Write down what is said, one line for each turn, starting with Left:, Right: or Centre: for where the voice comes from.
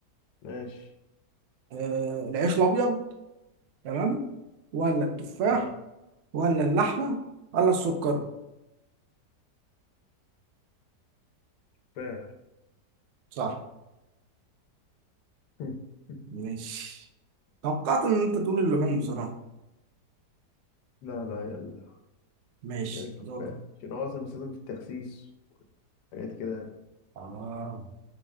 Left: ماشي
Right: آه العيش الأبيض تمام ولا التفاح
Left: أهو.
Right: ولا اللحمة ولا السكر
Left: تفاح
Right: صح
Left: <laughs>
Right: ماشي توقعت ان انت تقول اللحوم بصراحة
Left: لا لا يلا
Right: ماشي
Left: يا التفاح
Right: دور
Left: عشان هو أصلا بيستخدم في التخسيس حاجات كده
Right: اه